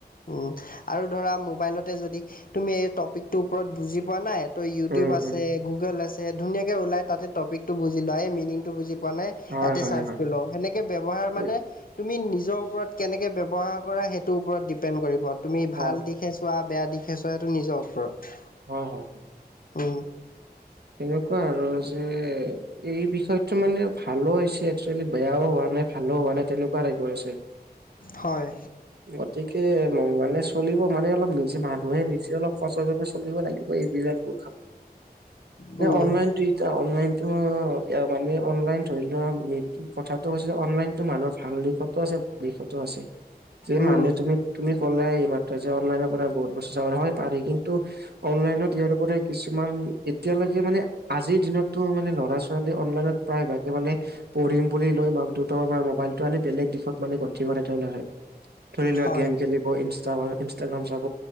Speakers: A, on the left; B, on the right.
A: উম, আৰু ধৰা মোবাইলতে যদি তুমি এই টপিকটোৰ ওপৰত বুজি পোৱা নাই - ত' ইউটিউব
B: উম
A: আছে,
B: উম
A: গুগল আছে ধুনীয়াকে ওলাই তাতে টপিকটো বুজি লোৱা, এই মেনিংটো বুজি পোৱা নাই -
B: হয়
A: তাতে
B: হয়
A: চাৰ্চ
B: হয়
A: কৰি লওঁ। সেনেকে ব্যৱহাৰ
B: উম
A: মানে, তুমি নিজৰ ওপৰত কেনেকে ব্যৱহাৰ - কৰা সেইটোৰ ওপৰত ডিপেণ্ড কৰিব। তুমি
B: হয়
A: ভাল
B: হয়
A: দিশে চোৱা, বেয়া দিশে চোৱা সেইটো নিজৰ ওপৰত।
B: হয়, হয়।
A: উম,
B: এনেকুৱা আৰু যে - এই বিষয়টো মানে ভালো হৈছে এক্সোৱেলি বেয়াও হোৱা নাই, ভালো হোৱা নাই তেনেকুৱা টাইপৰ আছে।
A: হয়।
B: গতিকে, মান মানে চলিব মানে, অলপ নি জে মানুহে নিজে অলপ সচেতনে চলিব লাগিব। <unintelligible>
A: উম,
B: এই অনলাইন - দুইটা অনলাইনটো, অঁ এয়া মানে অনলাইন ধৰি লোৱা মি কথাটো হৈছে অনলাইনটো মানস ভাল দিশ - ফটো চেফটি ফটো আছে, যে
A: উম,
B: মানে তুমি - তুমি ক'লাই এই মাত্ৰ যে অনলাইনৰ পৰা বহুত বস্তু চাব পাৰি। হয় পাৰি কিন্তু - অনলাইনত ইয়াৰ ওপৰতে কিছুমান এ তিয়ালেকে মানে, আজিৰ দিনটো মানে ল'ৰা-ছোৱালী অনলাইনত প্ৰায়ভাগে মানে - পঢ়িম বুলি লয় মাক দেউতাকৰ পৰা মোবাইলটো আনি বেলেগ দিশত মানে গতি কৰে তেওঁলোকে। ধৰিলোৱা,
A: হয়,
B: গেম খেলি ব ইনষ্টাগা- ইনষ্টাগ্ৰাম চাব,